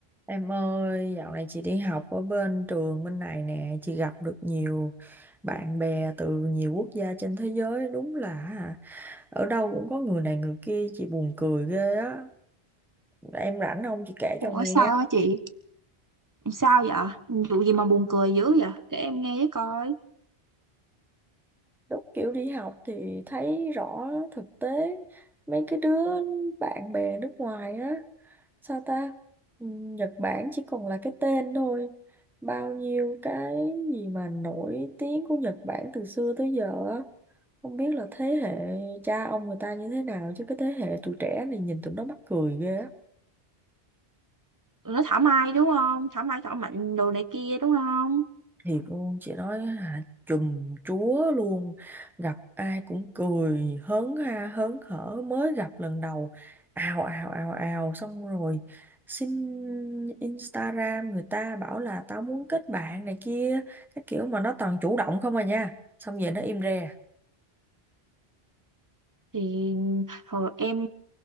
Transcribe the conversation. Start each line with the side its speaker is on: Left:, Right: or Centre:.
Centre: Em ơi, dạo này chị đi học ở bên trường bên này nè, chị gặp được nhiều bạn bè từ nhiều quốc gia trên thế giới, đúng là hả, ở đâu cũng có người này người kia, chị buồn cười ghê á. Em rảnh không? Chị kể
Right: Ủa
Centre: cho nghe.
Right: sao á chị? Sao vậy? Vụ gì mà buồn cười dữ vậy? Để em nghe với coi.
Centre: đúng kiểu đi học thì thấy rõ thực tế mấy cái đứa bạn bè nước ngoài á sao ta Ừm, Nhật Bản chỉ còn là cái tên thôi bao nhiêu cái gì mà nổi tiếng của Nhật Bản từ xưa tới giờ á không biết là thế hệ cha ông người ta như thế nào chứ cái thế hệ tụi trẻ này nhìn tụi nó mắc cười ghê á
Right: Tụi nó thảo mai đúng không? Thảo mai thảo mạnh đồ này kia đúng không?
Centre: thiệt luôn chị nói là chùm chúa luôn gặp ai cũng cười hớn ha hớn hở mới gặp lần đầu ào ào ào ào xong rồi xin Instagram người ta bảo là tao muốn kết bạn này kia cái kiểu mà nó toàn chủ động không à nha xong về nó im re
Right: Thì hồi em